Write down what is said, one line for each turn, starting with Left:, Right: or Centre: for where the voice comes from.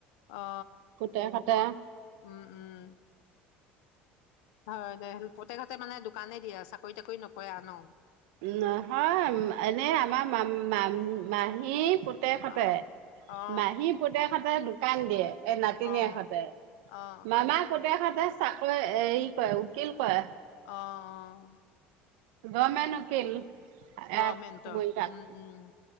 Left: অ,
Right: পুতেকহঁতে
Left: উম, উম। হয় দে <unintelligible> পুতেকহতে মানে দোকানেই দিয়ে আও, চাকৰি তাকৰি নকৰে আও ন?
Right: নহয় উম, এনে আমাৰ মাম-মাম-মাহী। পুতেকহতে।
Left: অ অ অ
Right: মাহী পুতেকহতে দু কানদিয়ে। এই নাতিনীয়েকহঁতে,
Left: অ অ
Right: মামা পুতেকহঁতে। চাকই এই কয়। উকীল কয়।
Left: অ অ অ
Right: গমেন উকিল। ইয়াত
Left: গমেন্তৰ
Right: মৰিগাঁৱত
Left: উম, উম,